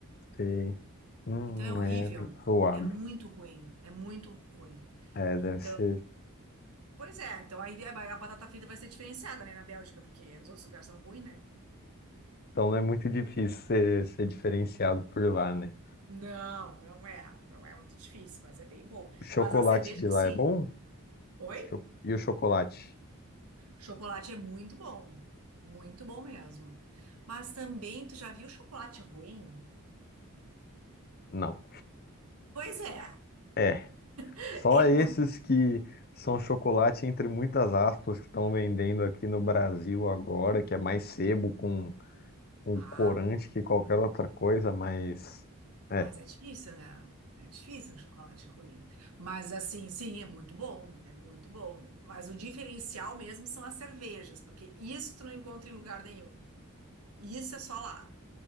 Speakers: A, on the left; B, on the right.
A: Sei. Hum,
B: Então é horrível,
A: é zoado.
B: é muito ruim, é muito ruim.
A: É,
B: Então
A: deve ser.
B: Pois é, então aí a batata frita vai ser diferenciada, né, na Bélgica, porque nos outros lugares são ruins, né?
A: Então não é muito difícil ser, ser diferenciado por lá, né?
B: Não, não é. Não é muito difícil, mas é bem bom.
A: O chocolate
B: Mas a cerveja,
A: de lá
B: sim.
A: é bom?
B: Oi?
A: Cho- E o chocolate?
B: Chocolate é muito bom. Muito bom mesmo. Mas também, tu já viu chocolate ruim?
A: Não.
B: Pois é.
A: É.
B: <laughs>
A: Só
B: É
A: esses
B: muito...
A: que são chocolate entre muitas aspas que estão vendendo aqui no Brasil agora, que é mais sebo com, com
B: Ah,
A: corante
B: pô.
A: que qualquer outra coisa, mas. É.
B: Mas é difícil, né? É difícil um chocolate ruim. Mas assim, sim, é muito bom. É muito bom. Mas o diferencial mesmo são as cervejas, porque isso tu não encontra em lugar nenhum. E Isso é só lá.